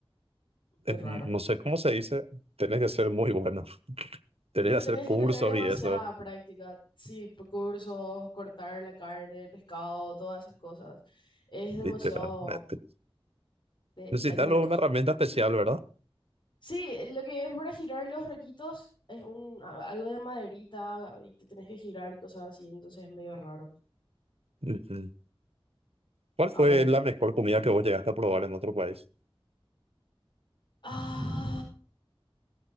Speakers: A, on the right (about 90°); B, on the left (about 50°).
A: es-
B: muy raro.
A: no sé cómo se dice, tenés que ser muy bueno, <laughs> tenés
B: Ten-
A: que hacer
B: Tenés
A: cursos
B: que tener demasiada
A: y eso,
B: práctica, sí, por cursos, cortar la carne, el pescado, todas esas cosas. Es demasiado,
A: literalmente.
B: de-
A: Necesitas
B: hay que tener
A: una
B: mucha
A: herramienta
B: experiencia.
A: especial, ¿verdad?
B: Sí, lo que es para girar los rollitos es un a- algo de maderita y que tenés que girar y cosas así, entonces es medio raro.
A: Mm, mm. ¿Cuál fue
B: A ver.
A: la mejor comida que vos llegaste a probar en otro país?
B: Ah,